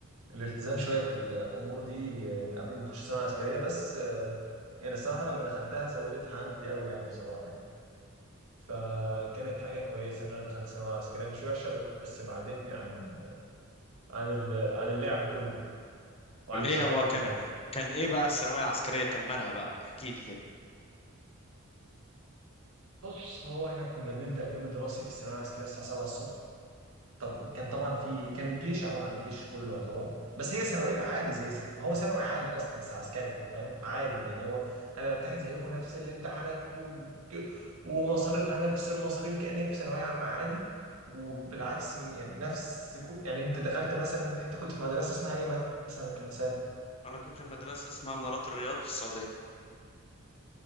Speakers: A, on the right; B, on the left.
A: الالتزام شويه في الامور دي من قبل ما اخش ثانويه عسكريه بس آه، يعني الصراحه لما دخلتها زودتها عندي قوي يعني بصراحه يعني فكانت حاجه كويسه ان انا دخلت ثانويه عسكريه مش وحشه بس بعدتني عن عن ال... عن اللعب كله وعن
B: ليه
A: الشقاوه
B: هو كان
A: كلها
B: كان ايه بقى الثانويه العسكريه كان مالها بقى احكي لي كده
A: بص هو احنا كنا بنبدأ اليوم الدراسي في الثانوية العسكرية الساعة 7 الصبح طب كان طبعا في كانت جيش عبارة عن جيش كله يعتبر بس هي ثانوية عادي زي زي ما هو ثانوي عام أصلا بس عسكري فاهم عادي يعني هو أنا بمتحن زيكم نفس الامتحانات و... ومصاريفها نفس المصاريف كأنك في ثانوية عامة عادي وبالعكس يعني نفس كل... يعني أنت دخلت مثلا أنت كنت في مدرسة اسمها إيه مثلا كمثال
B: انا كنت في مدرسه اسمها منارات الرياض في السعوديه